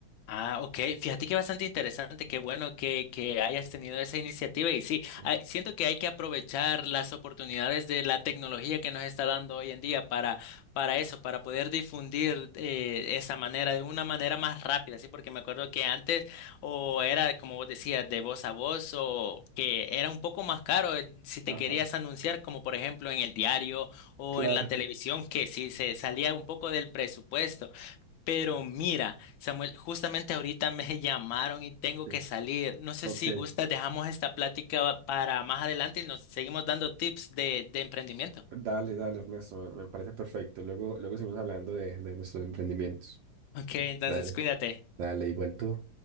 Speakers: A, on the left; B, on the right.
A: Ah, ok. Fíjate que bastante interesante. Qué bueno que, que hayas tenido esa iniciativa. Y sí,
B: Sí,
A: hay- siento que hay que aprovechar las oportunidades de la tecnología que nos está dando hoy en día para, para eso, para poder difundir eh, esa manera de una manera más rápida. Sí, porque me acuerdo que antes o era, como vos decías, de voz a voz o que era un poco más caro el- si te
B: Ajá,
A: querías anunciar, como por ejemplo en el diario o
B: claro.
A: en la televisión, que sí se salía un poco del presupuesto. Pero mira, Samuel, justamente ahorita me <laughs> llamaron y tengo
B: sí.
A: que salir. No sé
B: Ok,
A: si gustas, dejamos esta plática para más adelante y nos seguimos dando tips de, de emprendimiento.
B: dale, dale, Ernesto, me me parece perfecto. Luego, luego seguimos hablando de, de nuestros emprendimientos.
A: Ok, entonces
B: Dale.
A: cuídate.
B: Dale, igual tú.